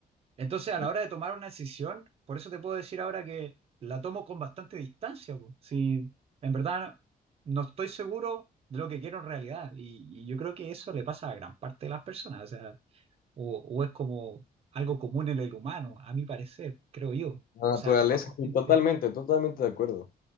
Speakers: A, on the right; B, on the left.
A: Entonces, a
B: Y
A: la hora de tomar una decisión, por eso te puedo decir ahora que la tomo con bastante distancia, po. Si en verdad no, no estoy seguro de lo que quiero en realidad. Y, y yo creo que eso le pasa a gran parte de las personas. O sea, o, o es como algo común en el humano, a mi parecer, creo yo.
B: la
A: O
B: naturaleza,
A: sea, conozco
B: sí,
A: gente.
B: totalmente, totalmente de acuerdo.